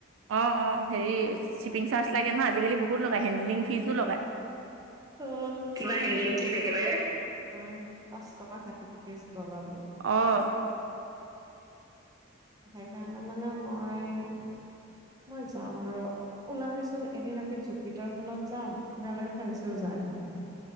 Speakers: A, on the right; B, on the right.
A: অঁ অঁ হেৰি শ্বিপিং চাৰ্জ লাগে নহয় আজিকালি বহুত লগায়, হেণ্ডেলিং ফিজো লগায়,।
B: উম কিমান হেণ্ডেলিং ফিজ একেলগে? উম পাচ টকা হেণ্ডলিং ফিছ লগাব।
A: অঁ।
B: সেইকাৰণে মানে মই - মই যাম ৰ। ওলাবিচোন এদিন আমি জুপিটৰখনত যাম, একেলগে ফেঞ্চিও যায় আহিম।